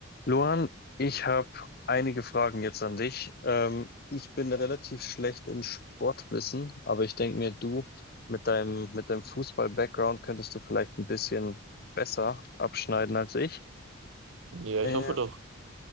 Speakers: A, on the left; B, on the right.
A: Luan, ich habe einige Fragen jetzt an dich. Ähm, ich bin relativ schlecht in Sportwissen, aber ich denke mir, du mit deinem, mit deinem Fußball-Background könntest du vielleicht ein bisschen besser abschneiden als ich.
B: Ja,
A: Ähm,
B: ich hoffe doch.